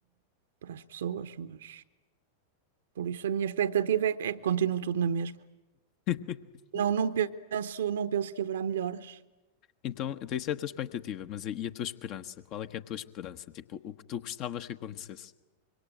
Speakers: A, on the right; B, on the left.
A: para as pessoas, mas. Por isso, a minha expectativa é, é que continue tudo na mesma.
B: <laughs>
A: Não, não penso, não penso que haverá melhoras.
B: Então, então isso é a tua expectativa, mas e e a tua esperança? Qual é que é a tua esperança? Tipo, o que tu gostavas que acontecesse?